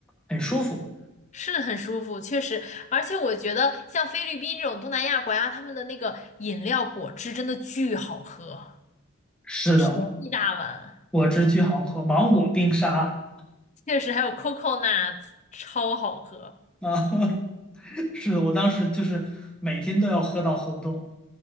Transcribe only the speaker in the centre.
很舒服。
是的，
果汁巨好喝，芒果冰沙
啊，<laughs> 是的，我当时就是每天都要喝到喝不动